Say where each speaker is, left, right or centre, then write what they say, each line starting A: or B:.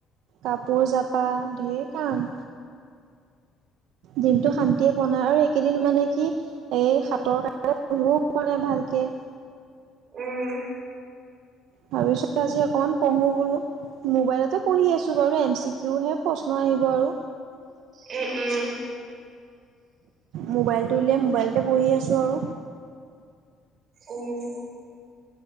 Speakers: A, on the right; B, on the right.
A: কাপোৰ জাপা ঢেৰ কাম। দিনটো শান্তিয়ে পোৱা নাই আৰু এইকেইদিন মানে কি এই হাতৰ কাৰণে পঢ়িবও পোৱা নাই ভালকে।
B: উম,
A: ভাবিছো আজি অকমান পঢ়ো বোলো। মোবাইলতে পঢ়ি আছোঁ বাৰু এম চি কিউহে প্ৰশ্ন আহিব আৰু।
B: উম, উম,
A: মোবাইলটো উলিয়াই মোবাইলতে পঢ়ি আছোঁ আৰু।
B: উম,